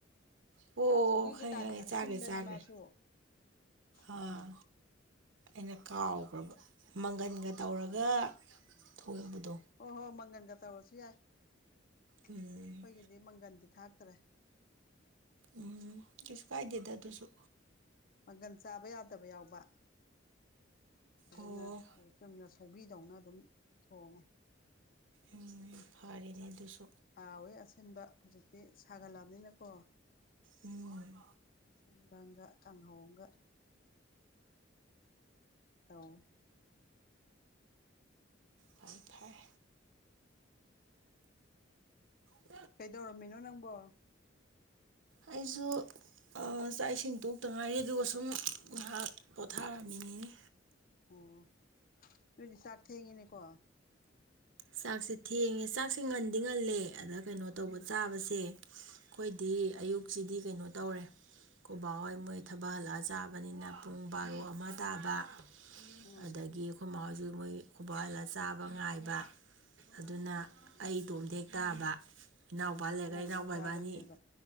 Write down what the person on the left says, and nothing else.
ꯁꯧꯒꯤꯒꯤ
ꯇꯥꯏꯞꯇ
ꯑꯁꯤꯟꯕꯅꯦ
ꯃꯥꯁꯨ
ꯎꯝ
ꯎꯝ
ꯍꯣꯏ ꯍꯣꯏ ꯃꯪꯒꯟꯒ ꯇꯧꯔꯁꯨ ꯌꯥꯏ
ꯑꯩꯈꯣꯏꯒꯤꯗꯤ ꯃꯪꯒꯟꯗꯤ ꯊꯠꯇ꯭ꯔꯦ
ꯃꯪꯒꯟ ꯆꯥꯕ ꯌꯥꯗꯕ ꯌꯥꯎꯕ ꯑꯗꯨꯅ
ꯆꯨꯝꯅ ꯁꯧꯕꯤ ꯗꯧꯅ ꯑꯗꯨꯝ ꯊꯣꯡꯉꯦ
ꯍꯥꯎꯋꯦ ꯑꯁꯤꯟꯕ ꯍꯧꯖꯤꯛꯇꯤ ꯁꯥꯒꯠꯂꯕꯅꯤꯅꯀꯣ
ꯇꯤꯡꯕꯪꯒ ꯀꯥꯡꯥꯡꯍꯣꯡꯒ ꯇꯧ
ꯀꯩꯗꯧꯔꯝꯃꯤꯅꯣ ꯅꯪꯕꯣ
ꯑꯣ ꯑꯗꯨꯣꯏꯗꯤ ꯆꯥꯛ ꯊꯦꯡꯉꯤꯅꯦꯀꯣ
ꯎꯝ
ꯎꯝ
ꯑꯣ
ꯑꯣ ꯄꯨꯂꯞ
ꯉꯥꯏꯅ
ꯆꯥꯕꯅꯦꯕ